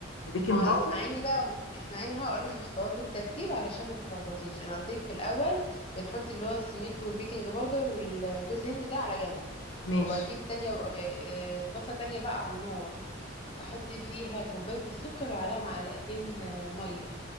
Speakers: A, on the left (about 75°); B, on the left (about 30°).
A: وبيكنج
B: ما
A: باودر
B: اسمعيني بقى وأنا- اسمعيني هقولك الخطوات بالترتيب علشان ما تتلخبطيش انا قلت لك في الاول بنحط اللي هو السميد والبيكنج باودر والجوز هند ده على جنب
A: ماشي
B: واجيب تانية آه، آه، طاسة تانية بقى على النار احط فيها كوباية السكر وعليها معلقتين آه، مية